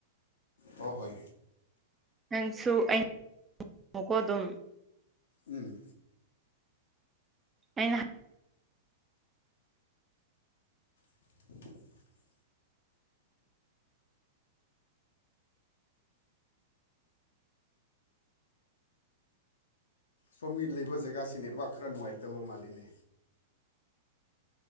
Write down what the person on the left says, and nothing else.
ꯍꯣ ꯍꯣꯏ
ꯎꯝ
ꯍ ꯁꯣꯝꯒꯤ ꯂꯩꯕ ꯖꯒꯥꯁꯤ ꯅꯦꯠꯋꯥꯛ ꯈꯔ ꯅꯨꯡꯉꯥꯏꯇꯕ ꯃꯥꯜꯂꯤꯅꯦ